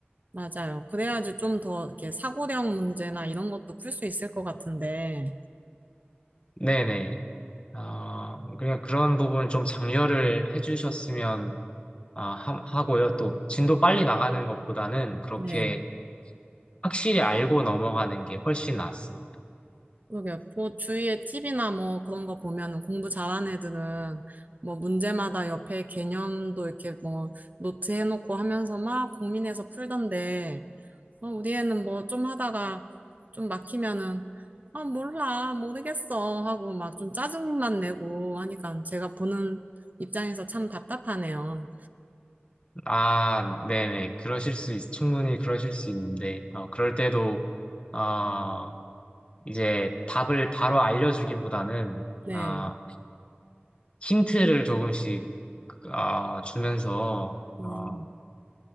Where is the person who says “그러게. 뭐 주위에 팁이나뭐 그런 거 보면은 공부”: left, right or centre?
Right